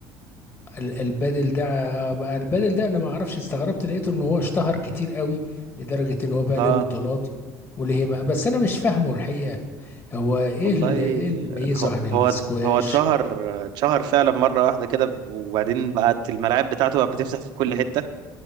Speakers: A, on the left; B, on the right.
A: ال- البادل ده آه، البادل ده انا ما اعرفش استغربت لقيته ان هو اشتهر كتير قوي لدرجة ان هو بقى
B: اه
A: ليه بطولات وليه ما بس انا مش فاهمه الحقيقة هو ايه
B: والله
A: اللي ايه اللي ميزه
B: هو
A: عن السكواش
B: هو هو اتشهر اتشهر فعلا مره واحده كده وبعدين بقت الملاعب بتاعته بقت بتفتح في كل حته